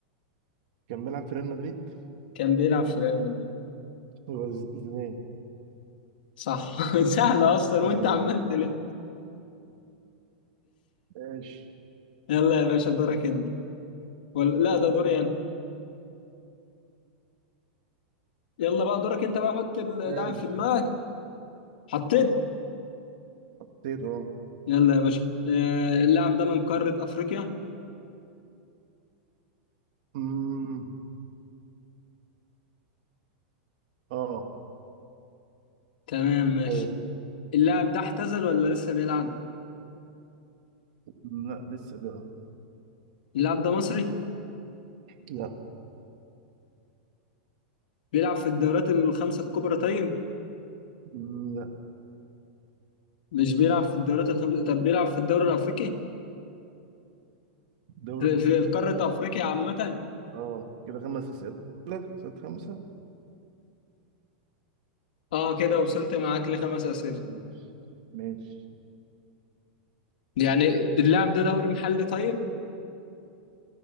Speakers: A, on the right (about 60°); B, on the left (about 75°).
A: كان بيلعب في ريال مدريد
B: كان بيلعب في ريال مدريد
A: هو ز- زيدان
B: صح <laughs> سهلة
A: مين-
B: أصلا
A: مين-
B: وأنت
A: مين؟
B: عمال تلف
A: ماشي
B: يلا يا باشا دورك أنت ولا لا ده دوري أنا يلا بقى دورك أنت بقى حط اللاعب
A: ماشي
B: في دماغك حطيت
A: نسيت اه
B: يلا يا باشا آه، اللاعب ده من قارة أفريقيا
A: أمم، اه
B: تمام ماشي
A: أيوه
B: اللاعب ده اعتزل ولا لسه بيلعب
A: مم، لا لسه ده
B: اللاعب ده مصري
A: لا
B: بيلعب في الدورات الخمسة الكبرى طيب
A: مم، لا
B: مش بيلعب في الدورات الخمسة طب بيلعب في الدوري الأفريقي
A: الدوري
B: في,
A: الأفريقي
B: في في قارة أفريقيا عامة
A: اه كده خمس أسئلة سؤال خمسة
B: اه كده وصلت معاك لخمس اسئله
A: ماشي ماشي
B: يعني اللاعب ده دوري محلي طيب